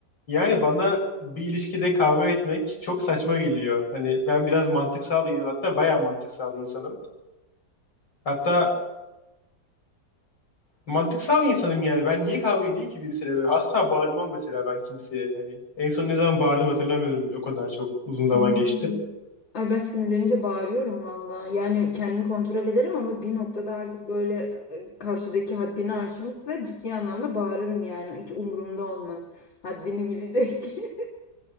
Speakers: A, on the left; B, on the left.
A: Yani bana bir ilişkide kavga etmek çok saçma geliyor. Hani ben biraz mantıksal bir hatta bayağı mantıksal bir insanım. Hatta mantıksal bir insanım yani. Ben niye kavga edeyim ki birisiyle böyle? Asla bağırmam mesela ben kimseye. Hani en son ne zaman bağırdım hatırlamıyorum bile. O kadar çok uzun zaman
B: Hmm.
A: geçti.
B: Ay ben sinirlenince bağırıyorum valla. Yani kendimi kontrol ederim ama bir noktada artık böyle e, karşıdaki haddini aşmışsa ciddi anlamda bağırırım yani. Hiç umurumda olmaz. Haddini bilecek. <laughs>